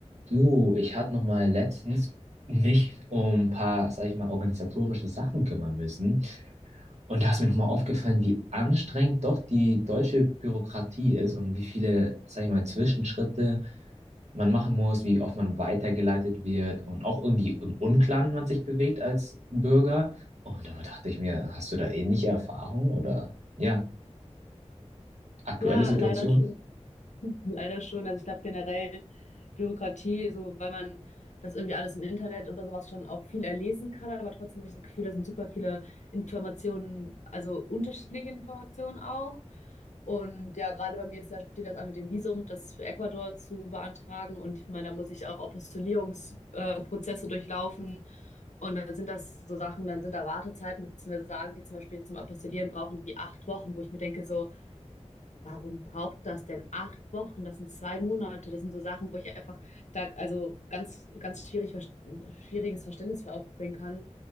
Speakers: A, on the right (about 70°); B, on the left (about 85°).
A: Du, ich hatte noch mal letztens mich um ein paar, sag ich mal, organisatorische Sachen kümmern müssen. Und da ist mir noch mal aufgefallen, wie anstrengend doch die deutsche Bürokratie ist und wie viele, sag ich mal, Zwischenschritte man machen muss, wie oft man weitergeleitet wird und auch irgendwie im Unklaren man sich bewegt als Bürger. Und da dachte ich mir, hast du da ähnliche Erfahrungen oder ja, aktuelle
B: Ja,
A: Situation?
B: leider schon. <laughs> Leider schon. Also ich glaube generell Bürokratie, so weil man das irgendwie alles im Internet oder sowas schon auch viel erlesen kann, aber trotzdem habe ich das Gefühl, da sind super viele Informationen, also unterschiedliche Informationen auch. Und ja, gerade bei mir ist ja, steht das an mit dem Visum, das für Ecuador zu beantragen. Und ich meine, da muss ich auch Apostillierungsprozesse äh, Prozesse durchlaufen. Und dann sind das so Sachen, dann sind da Wartezeiten, beziehungsweise sagen die zum Beispiel zum Apostillieren brauchen die acht Wochen, wo ich mir denke, so, Warum braucht das denn acht Wochen? Das sind zwei Monate. Das sind so Sachen, wo ich einfach da also ganz, ganz schwierig, verst- schwieriges Verständnis für aufbringen kann.